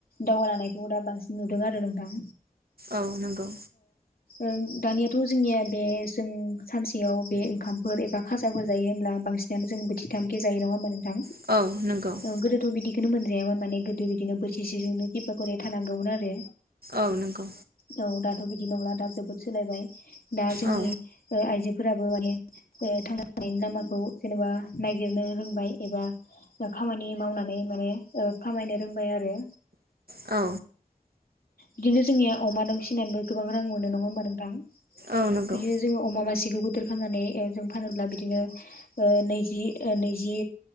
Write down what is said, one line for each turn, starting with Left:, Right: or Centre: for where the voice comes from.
Left: दावगालांनायखौ दा बांसिन नुदों आरो नोंथां।
Right: औ नंगौ
Left: ओं दानियाथ' जोंनिया बे जों सानसेयाव बे ओंखाम फोर एबा खाजाफोर जायो होनब्ला बांसिनानो जों बोथि थामखे जायो नङा होमबा नों थां
Right: औ नंगौ
Left: औ गोदोथ' बिदि <unintelligible> मोनजायामोन माने गोदो बिदिनो बोथिसेजोंनो किबा गरि थानांगौमोन आरो
Right: औ नंगौ
Left: औ दाथ' बिदि नंला दा जोबोद सोलायबाय। दा जोंनि
Right: औ
Left: ओ आइजोफोरा बो माने ओ थांना थानायनि लामाखौ जेनेबा नागिरनो रोंबाय। एबा खामानि मावनानै माने ओ खामायनो रोंबाय आरो।
Right: औ
Left: बिदिनो जोंनिया अमा दाउफिनानैबो गोबां रां मोनो नङा होमबा नोंथां
Right: औ नंगौ
Left: बिदिनो जोङो अमा मासे खौ गिदिर खामनानै ओ जों फानोब्ला बिदिनो ओ नैजि ओ नैजि